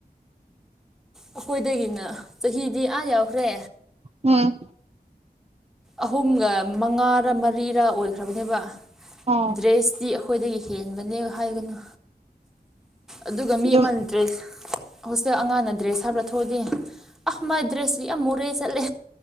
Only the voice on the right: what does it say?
ꯎꯝ
ꯑꯥ
ꯌꯨꯝ